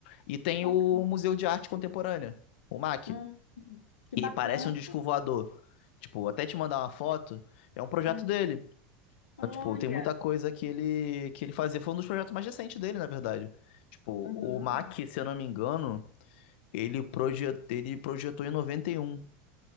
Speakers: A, on the left; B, on the left.
A: e tem
B: bacana.
A: o Museu de Arte Contemporânea, o MAC,
B: Hum, que
A: e
B: bacana.
A: parece um disco voador. Tipo, até te mandar uma foto, é um projeto
B: Hum,
A: dele. Então,
B: olha.
A: tipo, tem muita coisa que ele que ele fazia, foi um dos projetos mais recentes dele, na verdade. Tipo, o
B: Uhum,
A: MAC, se eu não me engano, ele, projetou, ele projetou em noventa noventa e e um,